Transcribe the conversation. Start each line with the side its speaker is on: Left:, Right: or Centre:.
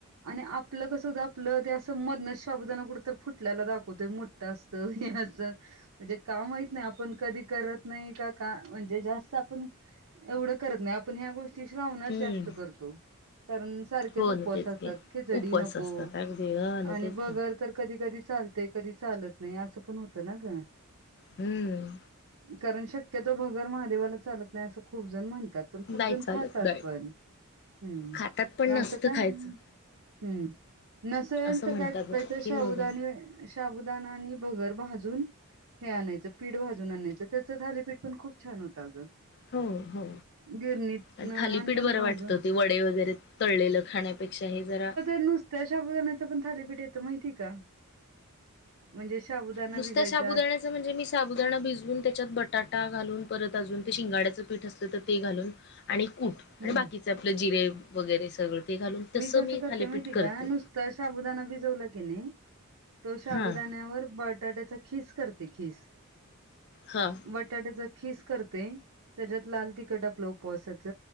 Right: आणि आप आपलं कस आपलं ते असं मधनच साबूदाणा कुठतर फुटतो फुटलेला दाखवतो मोठं असतं हे अस म्हणजे काम महित नाही आपण कधी करत नाही का का म्हणजे जास्त आपण एवढं करत नाही आपण ह्या गोष्टी श्रावणात
Left: हम्म
Right: जास्त करतो कारण सारखेच
Left: हो
Right: उपवास
Left: ना तेच
Right: असतात.
Left: की
Right: खिचडी
Left: उपवास
Right: नको
Left: असतात अगदी ह ना
Right: आणि
Left: तेच
Right: भगर
Left: ना
Right: तर कधी कधी चालतयं कधी चालतं नाही असं पण होतं ना गं
Left: हम्म.
Right: कारण शक्यतो भगर महादेवाला चालत नाही असं खूप जण म्हणतात. पण खूपजण
Left: नाही चालत
Right: खातात
Left: डाळ
Right: पण हम्म
Left: खातात पण नसतं
Right: असं काय
Left: खायचं
Right: हम्म नसेल
Left: असं
Right: तर,
Left: म्हणतात
Right: काय करायचं
Left: बाबा की
Right: साबूदाणे
Left: मग
Right: शाबूदाना आणि भगर भाजून हे आणायचं पीठ भाजून आणायचं त्याचं थालीपीठ पण खूप छान होतं अगं.
Left: हो, हो
Right: गिरणीत
Left: आणि
Right: आणलं
Left: थालीपीठ
Right: ना
Left: बरं
Right: भाजून
Left: वाटतं, ते वडे वगैरे तळलेलं खाण्यापेक्षा हे जरा
Right: नुसत्या शाबुदाण्याचं पण थालीपीठ ते तर माहिती का म्हणजे शाबुदाना
Left: नुसत्या
Right: भिजायचा
Left: साबूदाण्याचा म्हणजे, मी साबूदाणा भिजवून त्याच्यात बटाटा घालून परत अजून ते शिंगाड्याचं पीठ असत तर ते घालून आणि कूट
Right: हम्म
Left: आणि बाकीचं आपलं जिरे वगैरे सगळं ते घालून तसं
Right: कसं
Left: मी
Right: करते
Left: थालीपीठ
Right: माहिती
Left: करते.
Right: का नुसतं साबुदाणा भिजवला की नाही तो शाबूदाण्यावर
Left: हां
Right: बटाट्याचा खीस कर ते खीस
Left: हां
Right: बटाट्याचा खीस करते त्याच्यात लाल तिखट आपलं उपवासाच